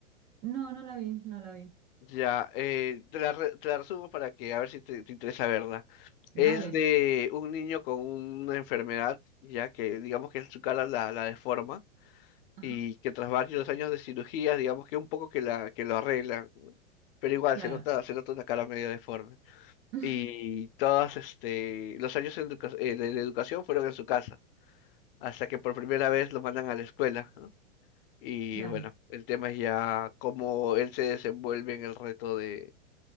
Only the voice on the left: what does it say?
Ya, eh, te la, re- te la resumo para que a ver si te, te interesa verla. Es
de un niño con una enfermedad, ya que digamos que su cara la, la deforma
y que tras varios años de cirugías digamos que un poco que, la, que lo arreglan, ¿no? pero igual
se nota, se nota una cara medio deforme.
Y todos este, los años en educa- eh, de, de educación fueron en su casa, hasta que por primera vez lo mandan a la escuela, ¿no? Y
bueno, el tema es ya cómo él se desenvuelve en el reto de